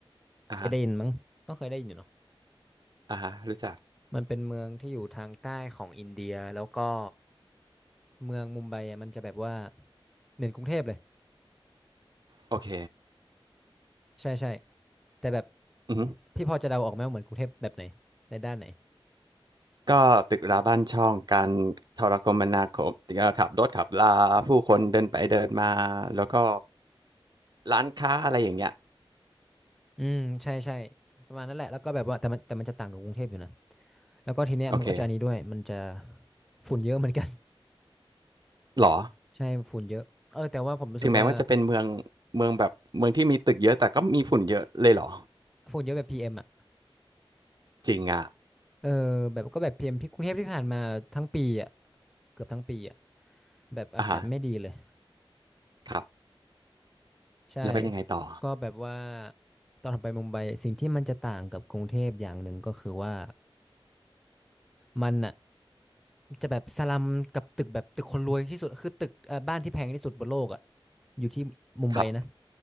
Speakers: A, on the right; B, in the centre.
A: อ่าฮะ
B: เคยได้ยินมั้งต้องเคยได้ยินอยู่เนาะ
A: อ่าฮะรู้จัก
B: มันเป็นเมืองที่อยู่ทางใต้ของอินเดียแล้วก็เมืองมุมไบอะมันจะแบบว่าเหมือนกรุงเทพเลย
A: โอเค
B: ใช่ใช่แต่แบบ
A: อือฮึ
B: พี่พอจะเดาออกไหมว่าเหมือนกรุงเทพแบบไหนในด้านไหน
A: ก็ตึกราบ้านช่องการโทรคมนาคมเอ่อขับรถขับลาผู้คนเดินไปเดินมาแล้วก็ร้านค้าอะไรอย่างเงี้ย
B: อืมใช่ใช่ประมาณนั้นแหละแล้วก็แบบว่าแต่มันแต่มันจะต่างกับกรุงเทพอยู่นะแล้วก็ทีเนี้ยมันก็จะอันนี้ด้วยมันจะ
A: โอเค
B: ฝุ่นเยอะเหมือนกัน
A: เหรอ
B: <laughs> ใช่ฝุ่นเยอะเออแต่ว่าผมรู้สึกว่า
A: ถึงแม้ว่าจะเป็นเมืองเมืองแบบเมืองที่มีตึกเยอะแต่ก็มีฝุ่นเยอะเลยเหรอ
B: ฝุ่นเยอะแบบ PM อมอ่ะ
A: จริงอ่ะ
B: เออแบบก็แบบพีเอ็มที่กรุงเทพที่ผ่านมาทั้งปีอ่ะเกือบทั้งปีอ่ะแบบอากาศไม่ดีเลย
A: อ่าฮะครับ
B: ใช่
A: แล้วเป็นยังไงต่อ
B: ก็แบบว่าตอนไปมุมไบสิ่งที่มันจะต่างกับกรุงเทพอย่างหนึ่งก็คือว่ามันอ่ะจะแบบสลัมกับตึกแบบตึกคนรวยที่สุดคือตึกเอ่อบ้านที่แพงที่สุดบนโลกอ่ะอยู่ที่มุมไบนะ
A: ครับ